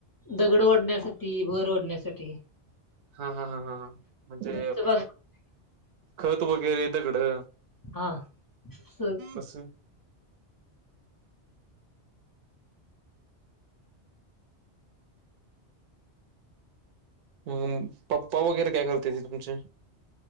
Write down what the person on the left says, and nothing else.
दगड वढण्यासाठी भर वाढण्यासाठी.
घरचं बांधकाम
हा स